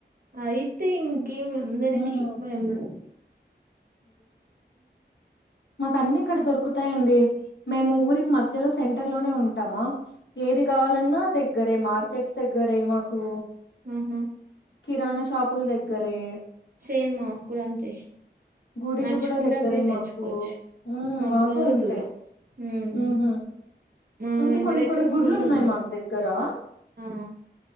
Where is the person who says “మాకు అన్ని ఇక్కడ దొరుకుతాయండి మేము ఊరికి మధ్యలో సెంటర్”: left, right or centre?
Left